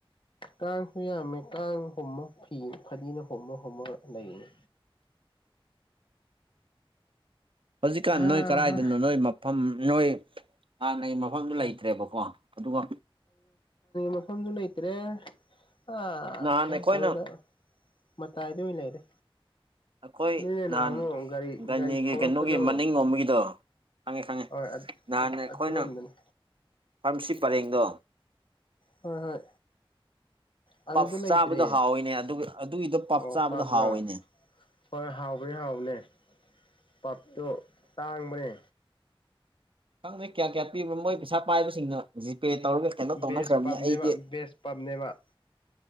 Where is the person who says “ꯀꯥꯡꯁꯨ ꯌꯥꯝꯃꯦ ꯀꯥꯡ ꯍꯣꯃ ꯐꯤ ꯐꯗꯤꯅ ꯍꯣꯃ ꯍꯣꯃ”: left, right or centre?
Left